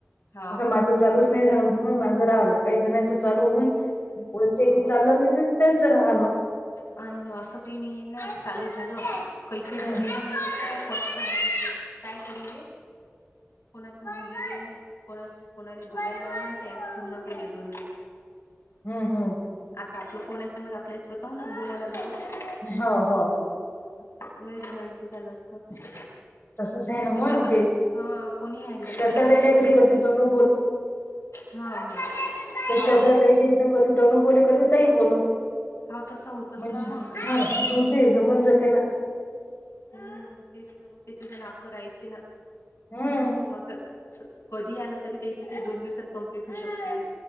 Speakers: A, on the left (about 90°); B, on the left (about 55°).
A: हाव.
B: असं माझं चालूच नाही झालं, म्हणून माझं राहिलं काही जाणच चालू होऊन उलट ते
A: हा
B: विचारलं नाही तर, त्यांच राहल.
A: अन, असं काही नाही आहे ना, चालू झालं काहीक नाही
B: हम्म
A: ना माहिती काय कोणा संग बोलू? काय करू रे? कोणाच्या मुली रे? कोणाच्या, कोणाला बोलायला लावला ना त्या अँप पूर्ण केले दोन दिवसात.
B: हम, हम.
A: आता आपलं कोण आहे समज, आपल्या स्वतःहूनच बोलायला लागल्यात.
B: हो हो
A: आत, लईजणांचं झालं असत.
B: तसंच आहे ना
A: म्हणजे
B: मग
A: असं,
B: ते
A: हा कोणी हॅण्डल
B: श्रद्धा
A: केलं
B: ताईच्या
A: चालते
B: घरी कधी
A: का बरे.
B: तनू
A: हा, हा.
B: त्या
A: हाव.
B: श्रदा ताई इथ कधी तनू बोले कधी तई बोलत.
A: हा तसं होतच
B: म्हणजे,
A: ना मग आणि
B: हम्म
A: ते
B: म्हणजे ज म्हणजे ते ना
A: हम्म, तेच ना मग त्याच्या जण आपलं राहित ना,
B: हम्म
A: म्हणून मग असं अस, कधी आलं तरी त्येच ते दोन दिवसात कंप्लीट होऊ शकतय.